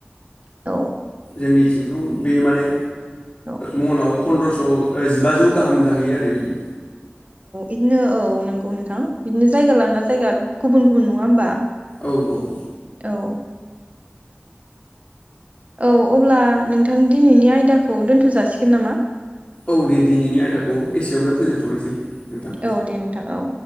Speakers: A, on the right; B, on the left.
A: औ
B: जोंनि थिंथ' बे माने
A: औ
B: मनाव फन्द्रस जिबा जौ गाहाम जाहैयो आरो बिदि।
A: इदनो औ नंगौ नोंथां। थां बिदिनो जायगा लाना जायगा गुबुन गुबुन नंङा होमबा?
B: औ औ
A: औ औ अब्ला नोंथां दिनैनि आयदाखौ दोनथ' जाासिगोन नामा?
B: औ दे दिनैनि आयदाखौ एसेयावनो फोजोबथ'नोसै नोंथां
A: औ दे नोंथां औ